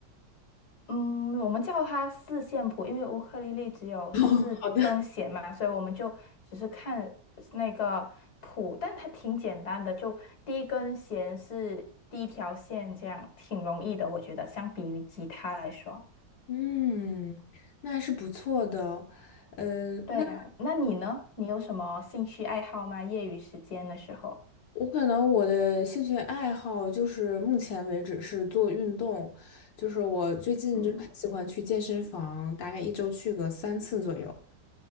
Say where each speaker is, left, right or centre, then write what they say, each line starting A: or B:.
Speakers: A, on the left; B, on the left.
A: 嗯，我们叫它四线谱，因为乌克丽丽只有四根弦嘛，
B: <laughs> 哦，好的。
A: 所以我们就只是看那个谱，但它挺简单的，就第一根弦是第一条线，这样挺容易的，我觉得相比于吉他来说。
B: 嗯，那还是不错的。嗯、
A: 对啊，
B: 那。
A: 那你呢？你有什么兴趣爱好吗？业余时间的时候？
B: 我可能我的兴趣爱好就是目前为止是做运动，就是我最近就很喜欢去健身房，
A: 嗯，
B: 大概一周去个三次左右。